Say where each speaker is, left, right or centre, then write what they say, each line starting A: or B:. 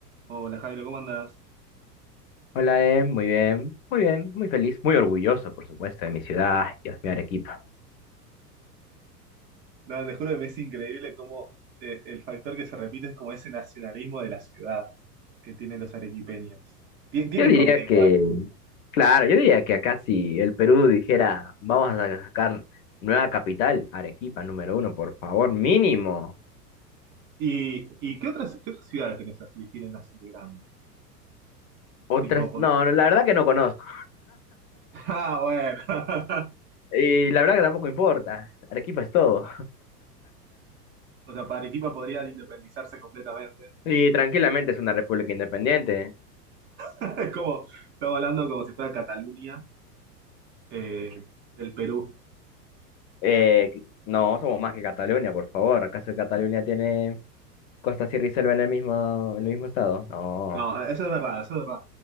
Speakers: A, on the right; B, on the left.
A: Hola Jairo, ¿cómo andás?
B: Hola, Em, muy bien, muy bien, muy feliz, muy orgulloso, por supuesto, de mi ciudad, ay, Dios mío, Arequipa.
A: No, te juro que me es increíble cómo eh, el factor que se repite es como ese nacionalismo de la ciudad que tienen los arequipeños. Tien- tienen
B: Yo diría
A: con qué
B: que,
A: igual.
B: claro, yo diría que acá si el Perú dijera, vamos a sacar nueva capital, Arequipa número uno, por favor, mínimo.
A: ¿Y, y qué otras, qué otras ciudades tenés así, tienen así grandes?
B: Otras,
A: Tipo, porque-
B: no, no, la verdad que no conozco.
A: <laughs> ah, bueno.
B: Y la verdad que tampoco importa, Arequipa es todo.
A: <laughs> O sea, para Arequipa podría independizarse completamente.
B: Y tranquilamente es una república independiente.
A: <laughs> Es como, estamos hablando como si fuera Cataluña, eh, el Perú.
B: Eh, que- no, somos más que Cataluña, por favor. ¿Acaso Cataluña tiene Costa, Sierra y Selva en el mismo, en el mismo estado? No.
A: No, eso es verdad, eso es verdad.